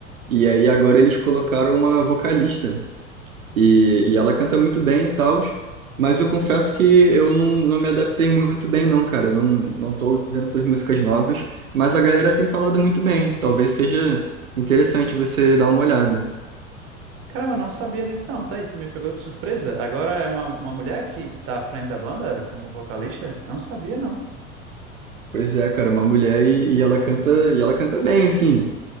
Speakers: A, on the right; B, on the right.
A: e aí agora eles colocaram uma vocalista, e, e ela canta muito bem e tal, mas eu confesso que eu não, não me adaptei muito bem não, cara, eu não, não tô ouvindo essas músicas novas, mas a galera tem falado muito bem, talvez seja interessante você dar uma olhada.
B: Caramba, não sabia disso não, tá aí, tu me pegou de surpresa. Agora é uma, uma mulher que que tá à frente da banda como vocalista? Não sabia, não.
A: Pois é, cara, uma mulher e, e ela canta, e ela canta bem, assim,